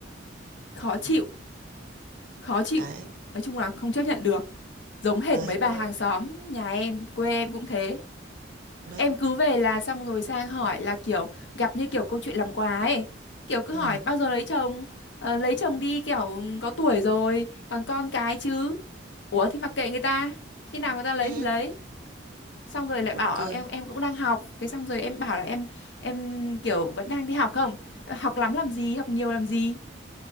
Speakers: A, on the left; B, on the right.
A: Khó chịu, khó chịu.
B: đấy
A: Nói chung là không chấp nhận được. Giống hệt
B: đấy
A: mấy bà
B: bố
A: hàng xóm, nhà em, quê em cũng thế.
B: nói
A: Em cứ về là xong rồi sang hỏi là kiểu gặp như kiểu câu chuyện làm quà ấy. Kiểu cứ
B: ừ
A: hỏi bao giờ lấy chồng? Ờ, lấy chồng đi kiểu có tuổi rồi, còn con cái chứ. Ủa thì mặc kệ người ta. Khi nào người ta lấy
B: ừ
A: thì lấy. xong rồi lại
B: buồn
A: bảo
B: cười
A: "Ờ, em em cũng đang học thế xong rồi em bảo là em em kiểu vẫn đang đi học không học lắm làm gì học nhiều làm gì